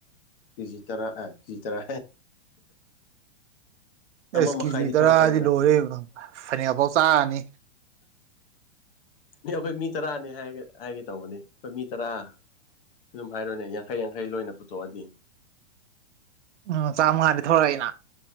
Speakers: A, on the left (about 50°); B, on the right (about 70°).
A: ꯀꯖꯤ ꯇꯔꯥ ꯑ ꯀꯤꯖꯤ ꯇꯔꯥ
B: ꯑꯦꯁ
A: ꯑꯃ ꯃꯈꯥꯏꯗꯤ
B: ꯀꯦꯖꯤ ꯇꯔꯥꯗꯤ
A: ꯊꯣꯔꯛꯀꯅꯤꯅ
B: ꯂꯣꯏꯔꯦ ꯐꯅꯦꯛ ꯐꯥꯎ ꯆꯥꯔꯅꯤ
A: ꯑꯩꯈꯣꯏ ꯃꯤ ꯇꯔꯥꯅꯦ ꯑꯩ ꯍꯥꯏꯒꯦ ꯍꯥꯏꯒꯦ ꯇꯧꯕꯅꯤ ꯑꯩꯈꯣꯏ ꯃꯤ ꯇꯔꯥ ꯑꯗꯨꯝ ꯍꯥꯏꯔꯣꯏꯅꯦ ꯌꯥꯡꯈꯩ ꯌꯥꯡꯈꯩ ꯂꯣꯏꯅ ꯄꯨꯊꯣꯛꯑꯗꯤ
B: ꯎꯝ ꯆꯥꯝꯃꯉꯥꯅꯤ ꯊꯣꯛꯛꯏꯅ